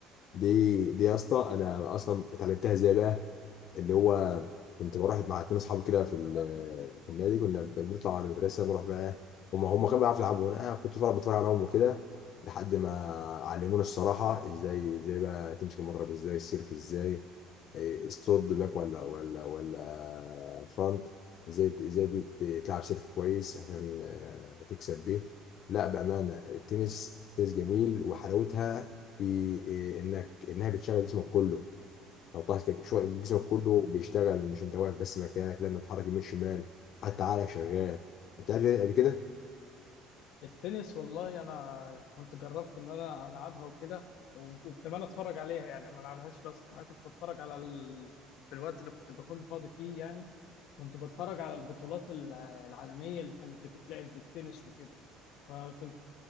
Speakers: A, on the left; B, on the left.
A: دي دي يا اسطى انا اصلا اتعلمتها ازاي بقى اللي هو كنت بروح مع اتنين اصحابي كده في ال- في النادي كنا بنطلع على المدرسه نروح بقى هم هم كانوا بيعرفوا يلعبوا انا كنت طالع بتفرج عليهم وكده لحد ما علمونا الصراحه ازاي ازاي بقى تمسك المضرب ازاي السيرف ازاي إيه، الصد باك ولا ولا ولا فرونت ازاي ازاي ت- ت- تلعب سيرف كويس عشان آه، تكسب بيه لا بامانه التنس تنس جميل وحلاوتها في إيه، انك انها بتشغل جسمك كله لو طلعت شو- جسمك كله بيشتغل مش انت واقف بس مكانك لان بتحرك يمين شمال حتى عقلك شغال انت قال لي قبل كده
B: التنس والله انا كنت جربت ان انا العبها وكده و- وكمان اتفرج عليها يعني ما العبهاش بس انا كنت بتفرج على ال... في الوقت اللي كنت بكون فاضي فيه يعني كنت بتفرج على البطولات ال- العالمية اللي كانت بتتلعب للتنس وكده فكنت